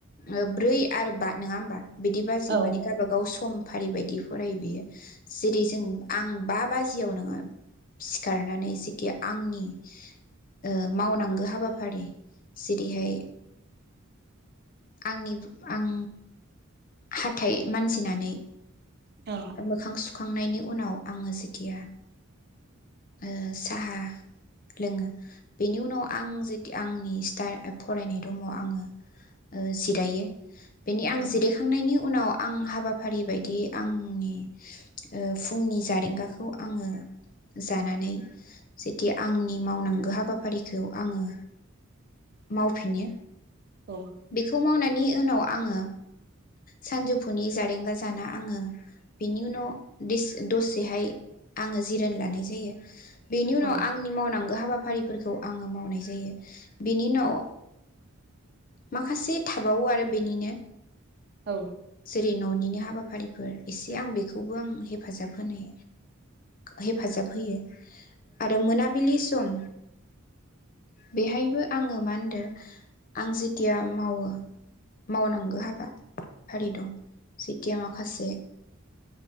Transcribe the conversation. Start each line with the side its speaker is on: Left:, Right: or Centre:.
Left: ओ ब्रै आरो बा नङा हबा? बिदि बाजै
Right: औ
Left: माने गावबाागाव सम फारि बायदि फरायो बियो जेरै जों आं बा बाजियाव नोंङो सिखारनानै जेखि आंनि ओ मावनांगौ हाबाफारि जेरैहाय आंनि आं हाथाइ मानजनानै
Right: औ
Left: मोखां सुखांनायनि उनाव आङो जेथिया ओ साहा लोङो बेनि उनाव आं जेथि आंनि फरायनाय रुमाव आंङो ओ जिरायो बेनि आं
Right: औ
Left: जिरायखांनायनि उनाव आं हाबाफारि बायदियै आंनि ओ फुंनि जारेंगाखौ आंङो जानानै जेथि आंनि मावनांगौ हाबाफारिखौ आंङो मावफिनो
Right: औ
Left: बेखौ मावनानै उनाव आङो सानजौफुनि जारेंगा जाना आङो बिनि उनाव दिस दसेहाय आङो जिरनो लानाय जायो। बेनि उनाव
Right: औ
Left: आंनि मावनांगौ हाबाफारि फोरखौ आङो मावनाय जायो। बेनि उनाव माखासे थाबावो आरो बेनिनो
Right: नंगौ औ
Left: जेरै न'निनो हाबाफो हाबाफारिफोर एसे आं बेखौबो आं हेफाजाब होनाय हेफाजाब होयो आरो मोनाबिलि स दम बेहायबो आङो मा होनदों आं जेथिया मावो मावनांगौ हाबा फारि दं सेथिया माखासे